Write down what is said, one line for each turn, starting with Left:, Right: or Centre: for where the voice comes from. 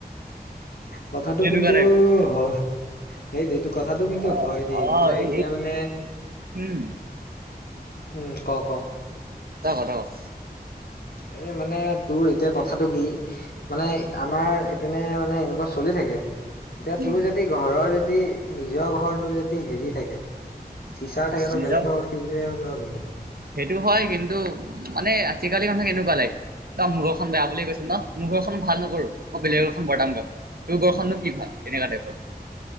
Left: কথাটো
Right: এনেকুৱা
Left: কিন্তু
Right: টাইপৰ
Left: হয়। সেই এইটো কথাটো কিন্তু
Right: অ
Left: হয় দেই।
Right: অ
Left: মই
Right: এ
Left: এতিয়া মানে
Right: <unintelligible>
Left: উম ক ক।
Right: তই ক, তই ক।
Left: এই মানে তোৰ এতিয়া কথাটো কি মানে আমাৰ ইপিনে মানে এনেকুৱা চলি থাকে। এতিয়া
Right: উম
Left: তোৰ যদি ঘৰৰ যদি নিজৰ ঘৰতোৰ যদি হেৰি থাকে চিচাৰ থাকে তই
Right: নিজৰ
Left: বেলেগৰ ঘৰত শিলগুটি মাৰিব নোৱাৰ কিন্তু।
Right: সেইটো হয়। কিন্তু মানে আজিকালি মানুহ কেনেকুৱা লাইক তই মোৰ ঘৰখন বেয়া বুলি কৈছ ন? মোৰ ঘৰখন ভাল নকৰো, মই বেলেগৰ ঘৰখন বৰদাম গাম। তোৰ ঘৰখননো কি ভাল? এনেকুৱা টাইপৰ।